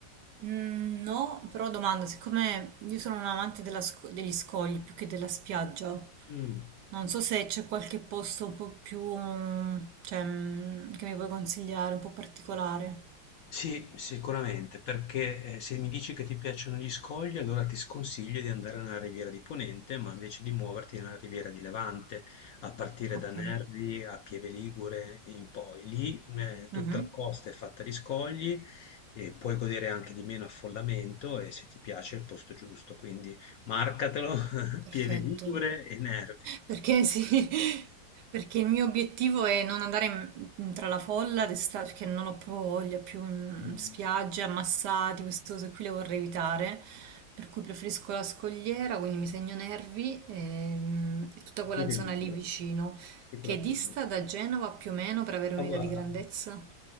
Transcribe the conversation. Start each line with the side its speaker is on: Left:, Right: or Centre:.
Right: Mm, no, però domanda, siccome io sono un amante della sc- degli scogli più che della spiaggia,
Left: Mh.
Right: non so se c'è qualche posto un po' più, mm, cioè, mm, che mi puoi consigliare, un po' particolare.
Left: Sì, sicuramente, perché eh, se mi dici che ti piacciono gli scogli, allora ti sconsiglio di andare nella Riviera di Ponente, ma invece di muoverti nella Riviera di Levante, a partire
Right: Ok,
Left: da Nervi a Pieve Ligure e in poi. Lì eh, tutta
Right: mhm,
Left: la costa è fatta di scogli e puoi godere anche di meno affollamento e se ti piace è il posto giusto, quindi marcatelo, <laughs>
Right: Perfetto.
Left: Pieve Ligure e Nervi.
Right: Perché sì, <laughs> perché il mio obiettivo è non andare in- in- tra la folla d'estate, perché non ho proprio voglia più mm,
Left: Mm,
Right: spiagge, ammassati, queste cose qui le vorrei evitare, per cui preferisco la scogliera, quindi mi segno Nervi ehm, e, tutta quella
Left: Pieve
Right: zona
Left: Ligure,
Right: lì vicino,
Left: tutta
Right: che
Left: la
Right: dista
Left: zona.
Right: da Genova più o meno per avere
Left: Ma
Right: un'idea
Left: guarda,
Right: di grandezza.